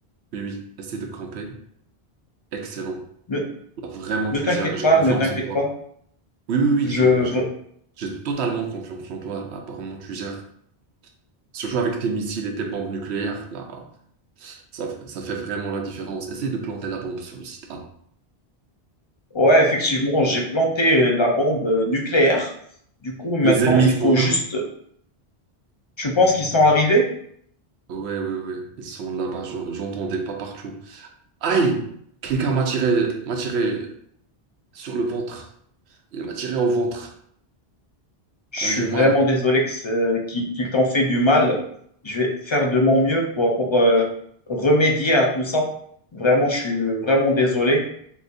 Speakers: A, on the right; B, on the left.
A: Oui, oui, essaye de camper. Excellent.
B: Ne,
A: Là, vraiment,
B: ne
A: tu
B: t'inquiète
A: gères. J'ai
B: pas,
A: confiance
B: ne t'inquiète
A: en toi.
B: pas.
A: Oui, oui, oui,
B: Je,
A: j'ai
B: v-
A: j'ai- j'ai totalement confiance en toi. Apparemment, tu gères. Surtout avec tes missiles et tes bombes nucléaires, là, ça, ça fait vraiment la différence. Essaye de planter la bombe sur le site A.
B: ouais, effectivement, j'ai planté la bombe euh, nucléaire. Du coup, maintenant,
A: Les ennemis
B: il faut
A: sont
B: juste...
A: là.
B: Tu penses qu'ils sont arrivés?
A: Ouais, ouais, ouais, ils sont là-bas, je- j'entendais pas partout. Aïe! Quelqu'un m'a tiré, m'a tiré sur le ventre. Il m'a tiré au ventre.
B: Je
A: Là,
B: suis
A: j'ai
B: vraiment
A: mal.
B: désolé que ce- qu'il qu'il t'en fait du mal. Je vais faire de mon mieux pour, pour euh, remédier à tout ça. Vraiment, je suis vraiment désolé.